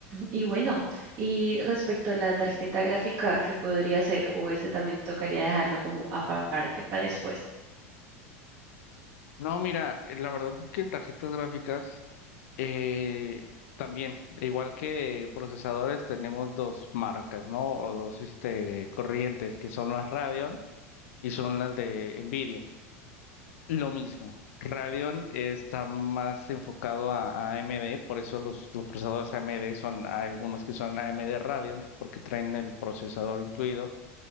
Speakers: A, on the right (about 40°); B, on the left (about 75°).
A: y bueno, y respecto a la tarjeta gráfica, ¿qué podría ser? O ese también tocaría dejarlo como aparte para después.
B: No, mira, eh, la verdad es que en tarjetas gráficas eh, también, igual que procesadores, tenemos dos marcas, ¿no? O dos este, corrientes, que son las Radeon y son las de Nvidia. Lo mismo. Radeon está más enfocado a, a AMD, por eso los, los procesadores AMD son, hay algunos que son AMD Radeon, porque traen el procesador incluido